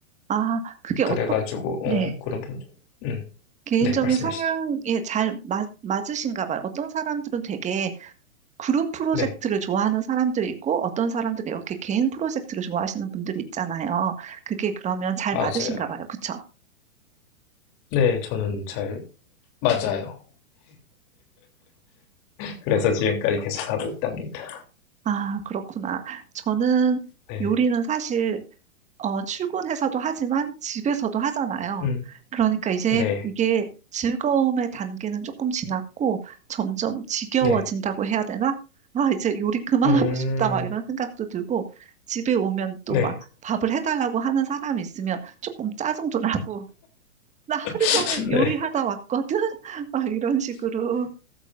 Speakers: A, on the right; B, on the left.
A: 아, 그게
B: 그래가지고
A: 어떻, 네.
B: 어, 그런 부분. 음.
A: 개인적인
B: 네, 말씀하시죠.
A: 성향에 잘 맞, 맞으신가 봐요. 어떤 사람들은 되게 그룹 프로젝트를
B: 네,
A: 좋아하는 사람들이 있고, 어떤 사람들은 이렇게 개인 프로젝트를 좋아하시는 분들이 있잖아요. 그게 그러면 잘
B: 맞아요.
A: 맞으신가 봐요. 그쵸?
B: 네, 저는 잘 맞아요. 그래서 지금까지 계속 하고 있답니다.
A: 아, 그렇구나. 저는
B: 네,
A: 요리는 사실 어, 출근해서도 하지만 집에서도 하잖아요.
B: 음,
A: 그러니까 이제
B: 네,
A: 이게 즐거움의 단계는 조금 지났고 점점 지겨워진다고
B: 네,
A: 해야 되나? 아, 이제 요리 그만하고
B: 음,
A: 싶다 막 이런 생각도 들고 집에 오면 또
B: 네,
A: 막 밥을 해달라고 하는 사람이 있으면 조금 짜증도 나고 <laughs> 나 하루
B: <laughs>
A: 종일
B: 네.
A: 요리하다 왔거든? <laughs> 막 이런 식으로.